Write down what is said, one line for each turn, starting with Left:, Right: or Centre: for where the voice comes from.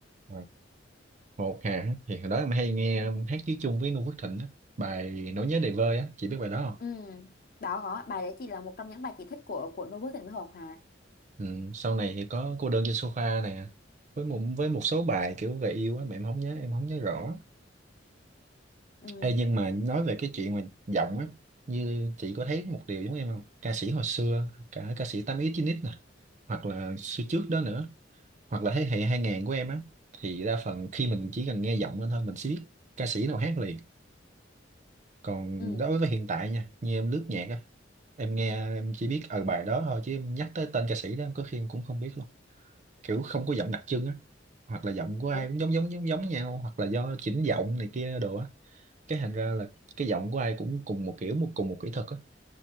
Right: à, Ngọc Hà á, thì hồi đó em hay nghe hát với chung với Noo Phước Thịnh á bài Nỗi nhớ đầy vơi á chị biết bài đó không
Left: ừ đó có bài đấy chị là một trong những bài chị thích của của Noo Phước Thịnh với Hồ Hòa
Right: ừ. sau này thì có cô đơn trên sofa nè với một với một số bài kiểu về yêu á mà em không nhớ em không nhớ rõ
Left: ừ
Right: Ê, nhưng mà nói về cái chuyện mà giọng á như chị có thấy một điều giống em không ca sĩ hồi xưa cả ca sĩ 8X Chín x nè hoặc là xưa trước đó nữa hoặc là thế hệ 2000 của em á thì đa phần khi mình chỉ cần nghe giọng lên thôi mình sẽ biết ca sĩ nào hát liền còn
Left: ừ
Right: đối với hiện tại nha như em lướt nhạc á em nghe em chỉ biết ở bài đó thôi chứ em nhắc tới tên ca sĩ đó em có khi em cũng không biết luôn kiểu không có giọng đặc trưng á hoặc là giọng của
Left: đúng
Right: ai cũng giống giống giống giống nhau hoặc là do chỉnh giọng này kia đồ á cái thành ra là cái giọng của ai cũng cùng một kiểu một cùng một kỹ thuật á